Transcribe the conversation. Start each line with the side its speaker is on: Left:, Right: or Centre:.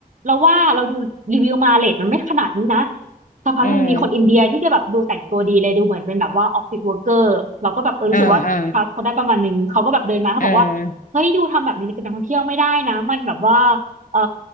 Right: เราว่าเราดูรีวิวมาเรทมันไม่ขนาดนี้นะสักพักหนึ่งมีคนอินเดียที่ก็แบบดูแต่งตัวดีเลยดูเหมือนเป็นแบบว่าออฟฟิศเวิร์กเกอร์เราก็แบบเออรู้สึกว่าทรัสเขาได้ประมาณนึงเขาก็แบบเดินมาเขาบอกว่าเฮ้ยยูทำแบบนี้กับนักท่องเที่ยวไม่ได้นะมันแบบว่า
Left: เออเออเออเออ
Right: เออ